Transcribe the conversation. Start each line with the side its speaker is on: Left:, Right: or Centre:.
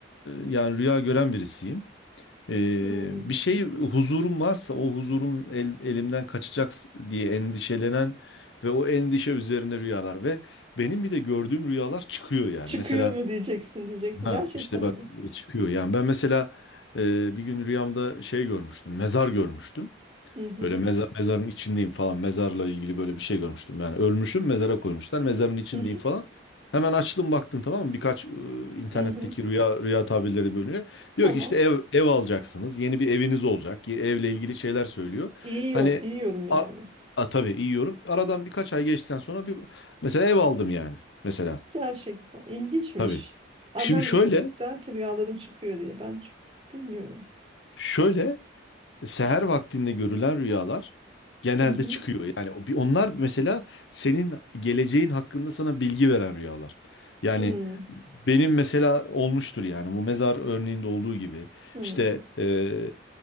Left: yani rüya gören birisiyim. E,
Right: Hmm.
Left: bir şey huzurum varsa o huzurum el- elimden kaçacak diye endişelenen ve o endişe üzerine rüyalar ve benim bir de gördüğüm rüyalar çıkıyor yani.
Right: Çıkıyor
Left: Mesela
Right: mu diyeceksin diyecektin
Left: ha
Right: Gerçekten
Left: işte bak
Right: mi?
Left: çıkıyor yani ben mesela e, bir gün rüyamda şey görmüştüm mezar görmüştüm.
Right: Hı hı.
Left: Böyle mezar, mezarın içindeyim falan. Mezarla ilgili böyle bir şey görmüştüm. Yani ölmüşüm mezara koymuşlar. Mezarın içindeyim
Right: Hı hı.
Left: falan. Hemen açtım baktım tamam mı? Birkaç e, internetteki
Right: Hı hı.
Left: rüya rüya tabirleri bölümüne.
Right: Tamam.
Left: Diyor ki işte ev ev alacaksınız. Yeni bir eviniz olacak. ye- Evle ilgili şeyler söylüyor.
Right: İyi,
Left: Hani
Right: yo- iyi yorum yani.
Left: a, a, tabii iyi yorum. Aradan birkaç ay geçtikten sonra bir mesela ev aldım yani. Mesela
Right: Gerçekten ilginçmiş.
Left: tabii.
Right: Annem
Left: Şimdi şöyle
Right: de çok sık der ki rüyalarım çıkıyor diye. Ben çok bilmiyorum.
Left: şöyle seher vaktinde görülen rüyalar genelde
Right: Hı hı.
Left: çıkıyor. Yani o- bir- onlar mesela senin geleceğin hakkında sana bilgi veren rüyalar. Yani
Right: Hı.
Left: benim mesela olmuştur yani bu mezar örneğinde olduğu gibi.
Right: Hı.
Left: İşte e,